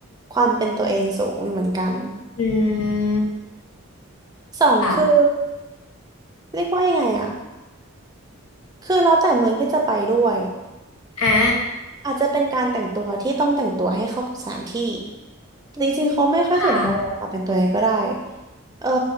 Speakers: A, on the right; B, on the left.
A: ความเป็นตัวเองสูงอยู่เหมือนกัน
B: อืม
A: สองคือ
B: ค่ะ
A: เรียกว่ายังไงอะคือแล้วแต่เมืองที่จะไปด้วย
B: อ่า
A: อาจจะเป็นการแต่งตัวที่ต้องแต่งตัวให้เข้ากับสถานที่่จริงๆเขาไม่ค่อยสนใจหรอกค่ะแต่งตัวยังไงก็ได้
B: ค่ะ
A: เออ